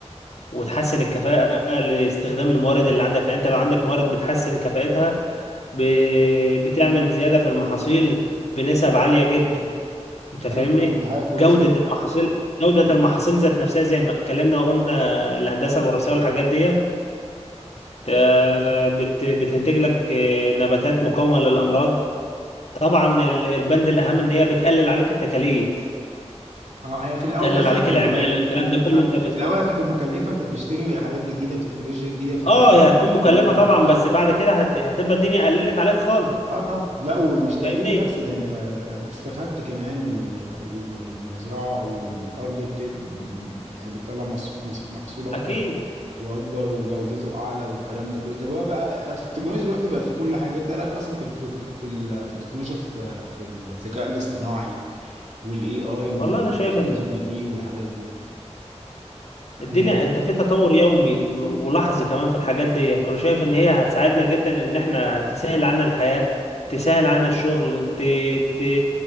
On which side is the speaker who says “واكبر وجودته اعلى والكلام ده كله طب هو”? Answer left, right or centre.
Right